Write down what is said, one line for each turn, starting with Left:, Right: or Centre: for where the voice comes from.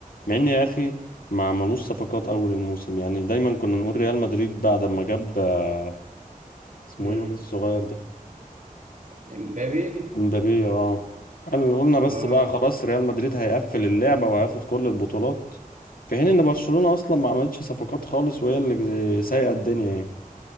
Left: مع إن يا أخي ما عملوش صفقات أول الموسم يعني دايما كنا نقول ريال مدريد بعد ما جاب آه، اسمه
Right: امم
Left: إيه الواد الصغير ده
Right: امبابي
Left: مبابي اه قال- قلنا بس
Right: اه
Left: بقى خلاص ريال مدريد هيقفل اللعبة وهياخد كل البطولات في حين ان برشلونة اصلا ما عملتش صفقات خالص وهي اللي سايقة الدنيا يعني